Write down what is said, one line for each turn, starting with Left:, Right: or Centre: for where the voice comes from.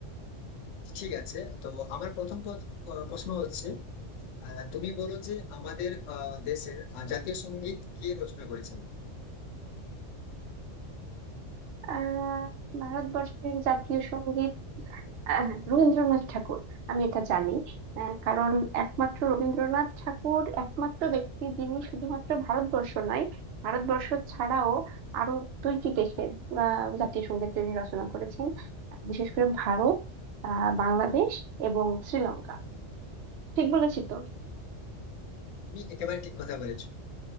Left: ঠিক আছে তো আমার প্রথম প্র- আহ, প্রশ্ন হচ্ছে আহ, তুমি বলো যে আমাদের আহ, দেশের আহ, জাতীয় সঙ্গীত কে রচনা করেছেন
Right: আহ ভারতবর্ষের জাতীয় সঙ্গীত আহ, হ্যাঁ, রবীন্দ্রনাথ ঠাকুর আমি এটা জানি আহ, কারণ একমাত্র রবীন্দ্রনাথ ঠাকুর একমাত্র ব্যক্তি যিনি শুধুমাত্র ভারতবর্ষ নয় ভারতবর্ষ ছাড়াও আরো দুইটি দেশের আহ, জাতীয় সঙ্গীত তিনি রচনা করেছেন বিশেষ করে ভারত আহ বাংলাদেশ এবং শ্রীলঙ্কা ঠিক বলেছি তো
Left: তুমি একেবারে ঠিক কথা বলেছো